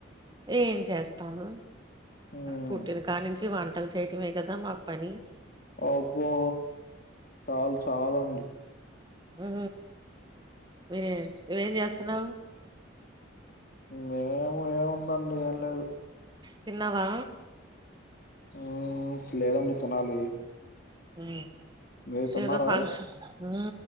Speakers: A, on the right; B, on the left.
A: ఏం చేస్తాము
B: హ్మ్
A: పుట్టిని కానించి వంట్ టలు చేయటమే కదా మా పని
B: అబ్బో చాలు చాలండి
A: ఉ మీర్ నువ్వు ఏం చేస్తున్నావు
B: మే నువ్వు ఏముందండి ఏం లేదు
A: తిన్నా వా
B: ఊ లేదండి తినాలి
A: హు
B: మీరు తిన్నారా
A: ఏదో ఫంక్షన్ ఉ